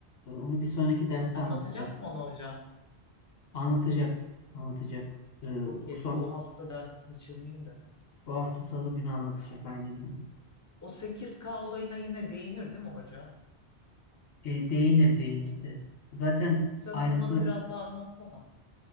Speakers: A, on the left (about 70°); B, on the left (about 25°).
A: e, onu bir sonraki derste
B: Anlatacak
A: anlatacak.
B: mı onu hocam?
A: Anlatacak. Anlatacak. E,
B: Okey,
A: bu, son,
B: bu hafta ders kaçırmayayım da.
A: bu hafta Salı günü anlatacak aynen öyle.
B: O sekiz k olayına yine değinir değil mi hoca?
A: E, değinir değinir de. Zaten
B: Sen
A: ayrıntılı
B: onu bana biraz daha anlatsana.